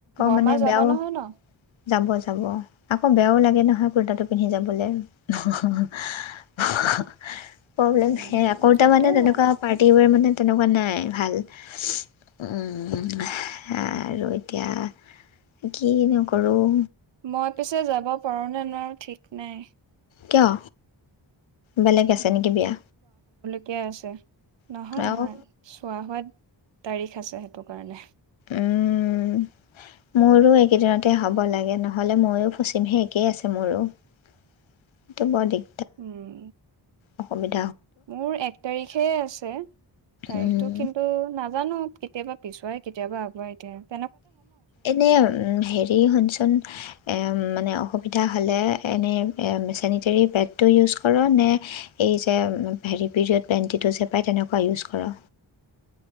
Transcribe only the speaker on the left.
মানে
বেয়াও
যাব যাব আকৌ বেয়াও লাগে নহয় কুৰ্তাটো পিন্ধি যাবলৈ প্ৰব্লেম
সেই কুৰ্তা
মানে তেনেকুৱা
পাৰ্টি ওৱেৰ মানে তেনেকুৱা নাই ভাল। উম, উম আৰু এতিয়া কি নো কৰোঁ।
কিয়? বেলেগ আছে নেকি বিয়া
আৰু
উম মোৰো এইকেইদিনতে হ'ব লাগে নহ'লে মইয়ো ফচিমহে একেই আছে মোৰো এইটো বৰ দিগ
অসমীয়া
উম,
এনে উম হেৰি শুনচোন এ অ অসুবিধা হ'লে এনে মিছেনিজেৰী পেডটো ইউজ কৰ নে এই যে ভেলিস্পৰ পেন্টিটো যে পাই তেনেকুৱা ইউজ কৰ